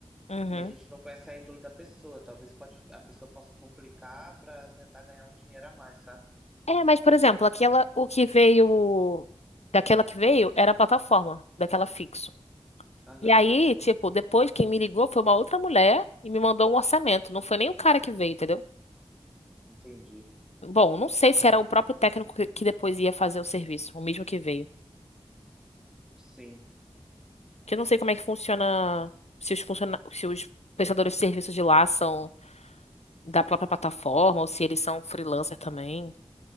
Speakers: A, on the left (about 80°); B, in the centre.
A: Uhum.
B: e a gente não conhece a índole da pessoa. Talvez pode, a pessoa possa complicar para tentar ganhar um dinheiro a mais, sabe?
A: É, mas, por exemplo, aquela, o que veio, daquela que veio era a plataforma, daquela fixo.
B: Aham,
A: E aí, tipo, depois quem me ligou foi uma outra mulher e me mandou um orçamento. Não foi nem o cara que veio, entendeu?
B: entendi.
A: Bom, não sei se era o próprio técnico que que depois ia fazer o serviço, o mesmo que veio.
B: Sim.
A: Que eu não sei como é que funciona, se os funciona, se os prestadores de serviços de lá são da própria plataforma ou se eles são freelancer também.